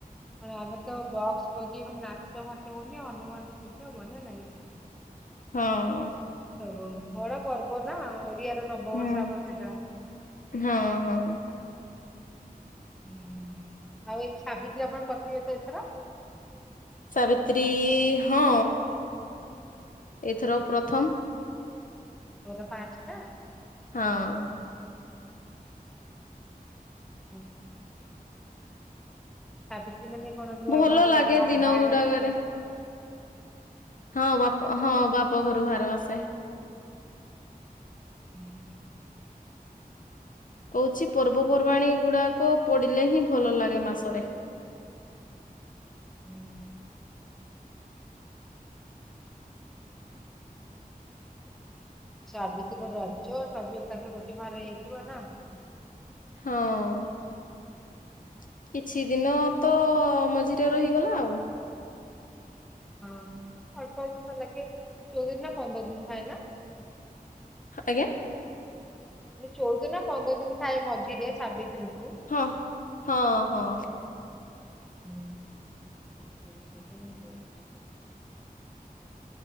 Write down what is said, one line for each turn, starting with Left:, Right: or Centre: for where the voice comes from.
Centre: ଆମେ ତ ବକ୍ସ ବଜିବ ନାଚ ଫାଚ ବୁନି ହନୁମାନ ପୂଜା ବଢିଆ ଲାଗିଚୁ।
Left: ହଁ।
Centre: ହବ ବଡ ପର୍ବ ନା। ଓଡିଆର ନବବର୍ଷ
Left: ହୁଁ।
Centre: ଆମର କେତେଟା
Left: ହଁ ହଁ
Centre: ହୁଁ ଆଉ ଏ ସାବିତ୍ରୀ ଆପଣ କରିଥିବେ ତ ଏଥର?
Left: ସାବିତ୍ରୀ ହଁ। ଏଥର ପ୍ରଥମ୍।
Centre: ଓ ଦୋ ପାଞ୍ଚ ଟା।
Left: ହଁ।
Centre: ହୁଁ। ସାବିତ୍ରୀ ମାନେ କଣ ନୂଆ
Left: ଭଲ
Centre: ଘର
Left: ଲାଗେ
Centre: ଯା
Left: ଦିନ
Centre: ଭାର
Left: ଗୁଡାକରେ
Centre: ଆସିବ?
Left: ହଁ ବାପ ହଁ ବାପ ଘରୁ ଭାର ଆସେ।
Centre: ହୁଁ।
Left: କହୁଚି ପର୍ବପର୍ବାଣୀ ଗୁଡ଼ାକ ପଡିଲେ ହିଁ ଭଲ ଲାଗେ ମାସରେ।
Centre: ହୁଁ! ସାବିତ୍ରୀ ରଜ ସବୁ ଏକାଠେ ଗୋଟେ ବାହାର ହେଇଯାଇଥିବ ନା
Left: ହଁ! କିଛି ଦିନ ତ ମଝିରେ ରହିଗଲା ଆଉ।
Centre: ହଁ ଅଳ୍ପ ଦିନ ତ ଲାଗେ ଚଉଦିନ ନା ପନ୍ଦର ଦିନ ଥାଏ ନା?
Left: ଆଜ୍ଞା!
Centre: ଚଉଦିନ ନା ପନ୍ଦର ଦିନ ଥାଏ ମଝିରେ ସାବିତ୍ରୀ
Left: ହଁ ହଁ ହଁ।
Centre: ହୁଁ ପ ସେ ତ ମୁଁ ପଛି <unintelligible>